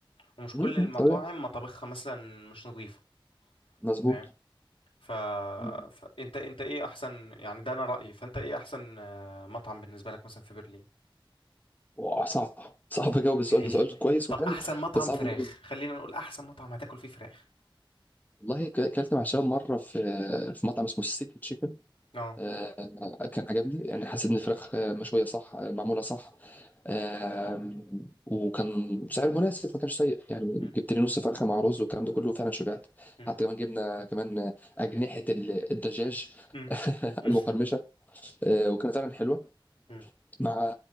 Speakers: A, on the left; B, on the left.
A: ومش
B: مم.
A: كل المطاعم
B: طبيعي
A: مطابخها مثلا مش نظيفة
B: مظبوط
A: فاهم ف...
B: مم.
A: فأنت أنت إيه أحسن يعني ده أنا رأيي فأنت إيه أحسن آه، مطعم بالنسبة لك مثلا في برلين
B: واه، صعب صعب اجاوب السؤال
A: ايه
B: ده سؤال كويس
A: طب
B: وحلو
A: أحسن مطعم
B: بس صعب
A: فراخ
B: أجاوب.
A: خلينا نقول أحسن مطعم هتاكل فيه فراخ
B: والله ك- اكلت مع شباب مره في في مطعم اسمه سيتي تشيكن
A: اه
B: آه، كان عجبني يعني حسيت ان الفراخ آه، مشويه صح آه، معموله صح آم، وكان سعر مناسب ما كانش سيء يعني
A: مم.
B: جبت لي نص فرخه مع رز والكلام ده كله فعلا شبعت
A: مم.
B: حتى كمان جبنا كمان اجنحه ال- الدجاج
A: مم.
B: <laughs>
A: مم.
B: المقرمشه آه، وكانت فعلا حلوه
A: مم.
B: مع